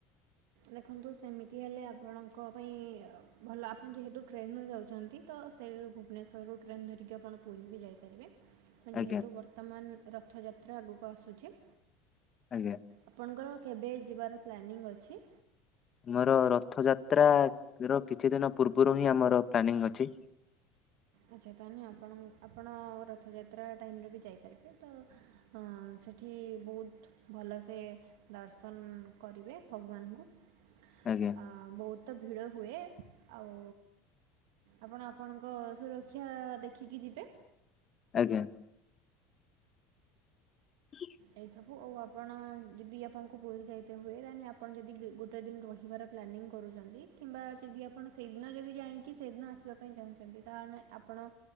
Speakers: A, on the right; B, on the left.
A: ଦେଖନ୍ତୁ ସେମିତି ହେଲେ ଆପଣଙ୍କ ପାଇଁ ଭଲ ଆପଣ ଯେହେତୁ ଟ୍ରେନ ଯାଉଛନ୍ତି ତ ସେଇ ଭୁବନେଶ୍ୱରରୁ ଟ୍ରେନ୍ ଧରିକି ଆପଣ ପୁରୀ ବି ଯାଇପାରିବେ। ଯେହେତୁ
B: ଆଜ୍ଞା
A: ବର୍ତ୍ତମାନେ ରଥଯାତ୍ରା ଆଗକୁ ଆସୁଛି
B: ଆଜ୍ଞା।
A: ଆପଣଙ୍କର କେବେ ଯିବାର ପ୍ଲାନିଂ ଅଛି?
B: ଆମର ରଥଯାତ୍ରା ର କିଛି ଦିନ ପୂର୍ବରୁ ହିଁ ଆମର ପ୍ଲାନିଂ ଅଛି।
A: ଆଚ୍ଛା ତା ହେନେ ଆପଣ ଆପଣ ରଥଯାତ୍ରା ଟାଇମିରେ ବି ଯାଇପାରିବେ ତ ହ ସେଠି ବହୁତ ଭଲସେ ଦର୍ଶନ କରିବେ ଭଗବାନଙ୍କୁ।
B: ଆଜ୍ଞା।
A: ଆ ବହୁତ ଭିଡ଼ ହୁଏ ଆଉ ଆପଣ ଆପଣଙ୍କ ସୁରକ୍ଷା ଦେଖିକି ଯିବେ।
B: ଆଜ୍ଞା। <unintelligible>
A: ଏସବୁ ଆଉ ଆପଣ ଯଦି ଆପଣଙ୍କୁ ପୁରୀ ଯାଇତେ ହୁଏ ଦେହେଲେ ଆପଣ ଯଦି ଗୋଟେ ଦିନ ରହିବାର ପ୍ଲାନିଙ୍ଗି କରୁଚନ୍ତି, କିମ୍ବା ଯଦି ଆପଣ ସେଇଦିନ ଯଦି ଯାଇଙ୍କି ସେଦିନ ଆସିବା ପାଇଁ ଚାହୁଁଚନ୍ତି। ତାହେନେ ଆପଣ